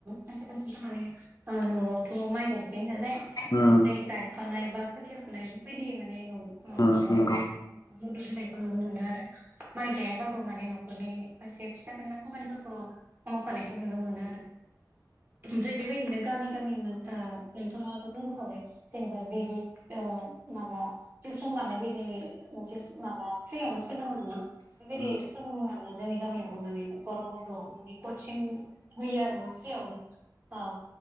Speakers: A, on the right; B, on the left.
A: खायसे खायसेथ'माने ओ न'आवथ' माइ गायखायो नालाय
B: उम
A: ओमफ्राय गायफानाय बा खोथिया फुनाय बेफोरबायदि माने न'आव <unintelligible>
B: उम नंगौ उम
A: बेफोरखौ मदद होनायखौ नुनो मोनो आरो। माइ गायाबो माने न' नरनि खायसे फिसा फेनला खामानिफोरखौ मावफानायखौ नुनो मोनो आरो। ओमफ्राय बेबायदिनो गामि गामिमोन ओ नोंथाङाथ' बुंबोखाबाय जेनेबा बि दि ओ माबा टिउसन लानाय बायदि मोनसे माबा फ्रियावनो सोलोंङो ना? बेबायदि
B: उम औ नंगौ उम
A: सोलोङो आरोना जोंनि गामियावबो माने गरम बन्दआव माने कचिं होयो आरोना फ्रियाव ओ